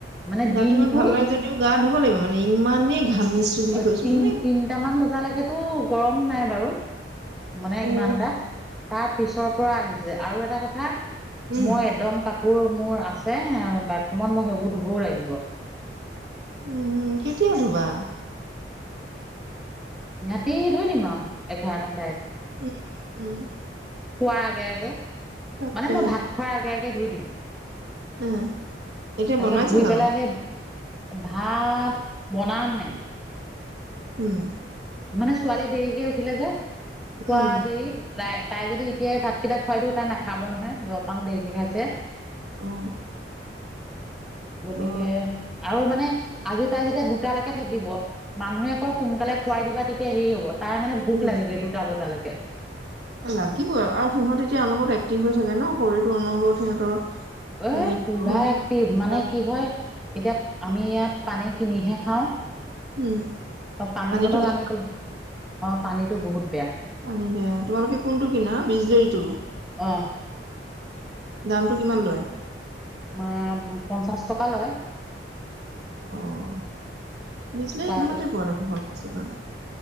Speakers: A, in the centre; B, on the right (about 65°).
A: মানে
B: গাটো
A: দিনটো
B: ইমান ভাল নাই, যদিও গা ধুব লাগিব মানে। ইমানেই ঘামিছো বুলি
A: অ'
B: কৈছো
A: তিন-
B: মানে
A: তিনটামান বজালৈকেতো গৰম নাই বাৰু। মানে
B: অ
A: ইমানটা, তাৰ পিছৰ পৰা আহিছে। আৰু এটা কথা
B: উম
A: মই এদম কাপ কাপোৰ মোৰ আছে, বাথৰুমত। মই সেইবোৰ ধুবও লাগিব।
B: উম। কেতিয়া ধুবা?
A: ৰাতি ধুই দিম আও। এঘাৰটা চা
B: উ- উম।
A: খোৱাৰ আগে -আগে।
B: তাকে
A: মানে মই ভাত খোৱাৰ আগে আগে ধুই দিওঁ।
B: উম এতিয়া
A: তা
B: বনাইছে
A: ছত ধুই
B: জানো
A: পেলাই সে ভাত বনাম হে।
B: উম।
A: মানে ছোৱালী দেৰিকে উঠিলে যে খোৱা
B: উম
A: দেৰি <unintelligible> তাই যদি এতিয়াই ভাতকেইটা খুৱাই দিওঁ, তাই নাখাব নহয়। জ -গাম দেই ঠিক আছে।
B: অ
A: গতিকে
B: অ
A: আৰু মানে আজি তাই যেতিয়া দুটালৈকে থাকিব মানুহে কয় আকৌ সোনকালে খুৱাই দিবা, তেতিয়া হেৰি হব। তাই মানে ভোক
B: উম
A: লাগে গে দুটা বজালৈকে।
B: লাগিবই আৰু সিহঁত এতিয়া অনবৰত এক্টিভ হৈ থাকে ন। শৰীৰতটো অনবৰত সিহঁতৰ
A: এ
B: মানে ইটো
A: পুৰা
B: নহয়
A: একটিভ
B: সিটো
A: মানে কি হয়, এতিয়া আমি ইয়াত পানী কিনিহে খাওঁ।
B: উম
A: বা পানী
B: পানীটো
A: বটল
B: বেয়া
A: আনি পেলাই অহ। পানীতো বহুত বেয়া।
B: পানী বেয়া। তোমালোকে কোনটো কিনা? বিজলেৰীটো?
A: অ
B: দামটো কিমান লয়?
A: আ- পঞ্চাশ টকা লয়।
B: অহ। বিজলাৰী
A: তাৰপিছত
B: ভালতে পোৱা দেখোন, পঞ্চাছ টকাত।